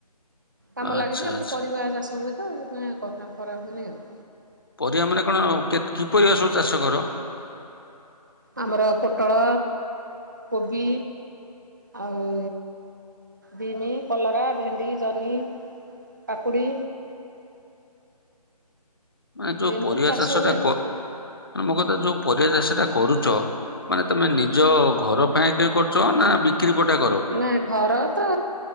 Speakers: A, on the right (about 30°); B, on the left (about 35°).
A: କାମ
B: ଆଚ୍ଛା
A: ଲାଗେ କି ଆମର
B: ଆଚ୍ଛା।
A: ପରିବା ଚାଷ ହୁଏ। ତୁମେ କରା ହୁଏନି ଆଉ।
B: ପରିବା ମାନେ କଣ କି ପରିବା ସବୁ ଚାଷ କର।
A: ଆମର ପୋଟଳ, କୋବି, ଆଉ ବିମି, କଲରା, ଭେଣ୍ଡି, ଜହ୍ନି, କାକୁଡ଼ି
B: ମାନେ ଯୋଉ
A: ଏମିତି
B: ପରିବା ଚାଷ
A: ହୁଏ।
B: ଟା କ ମାନ ମୋ କଥା ଯୋଉ ପରିବା ଚାସ ଟା କରୁଛ ମାନେ ତମେ ନିଜ ଘର ପାଇଁ କେ କରୁଛ ନା ପଟା କର?
A: ନାଇଁ ଘର ତ